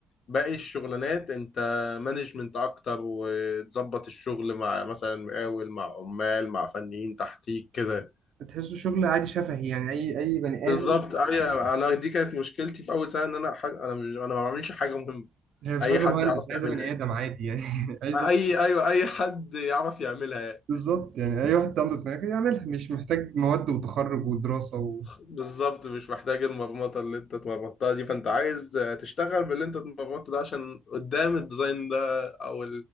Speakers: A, on the left (about 60°); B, on the right (about 70°).
A: باقي الشغلانات انت مانجمنت اكتر وتظبط الشغل مع مثلا مقاول مع عمال مع فنيين تحتيك كده
B: بتحسه شغل عادي شفهي يعني اي اي بني
A: بالظبط
B: ادم
A: ايوه انا دي كانت مشكلتي في اول سنه ان انا ح- انا مش انا ما بعملش حاجه مهمه
B: هي مش
A: اي
B: عايزه
A: حد
B: مهندس
A: يعرف
B: عايزه
A: يعملها
B: بني ادم عادي يعني <laughs> عايزه
A: اي ايوه اي حد يعرف يعملها
B: بالظبط يعني اي واحد عنده دماغ يعملها مش محتاج مواد وتخرج ودراسه و...
A: بالظبط مش محتاج المرمطة اللي انت اتمرمطتها دي فانت عايز تشتغل باللي انت اتمرمطته ده عشان قدام الديزاين ده او